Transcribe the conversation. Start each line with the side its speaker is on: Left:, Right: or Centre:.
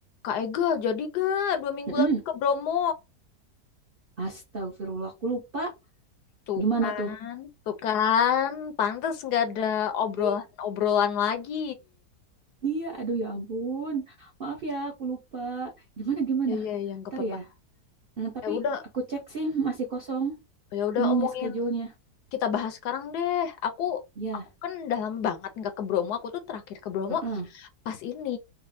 Left: Kak Ega, jadi gak dua minggu
Right: Mm-mm.
Left: lagi ke Bromo?
Right: Astagfirullah, aku lupa.
Left: Tuh
Right: Gimana
Left: kan,
Right: tuh?
Left: tuh kan, pantas nggak ada obrolan-obrolan
Right: Ih,
Left: lagi.
Right: Iya, aduh ya ampun. Maaf ya, aku lupa. Gimana, gimana?
Left: Iya iya, ya, nggak
Right: Ntar
Left: apa-apa.
Right: ya. Mm, tapi
Left: Ya udah,
Right: aku cek sih masih kosong
Left: ya udah
Right: ininya
Left: omongin
Right: schedule-nya.
Left: kita bahas sekarang deh. Aku,
Right: Ya,
Left: aku kan dalam banget nggak ke Bromo. Aku tuh terakhir ke Bromo
Right: heeh.
Left: pas ini